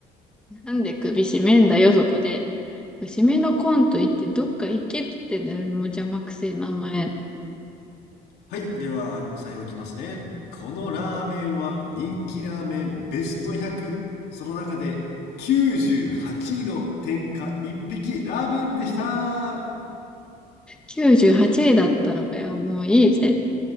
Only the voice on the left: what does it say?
はい、では、最後いきますね。このラーメンは人気ラーメンベスト100。その中で98位の天下一匹ラーメンでした。あり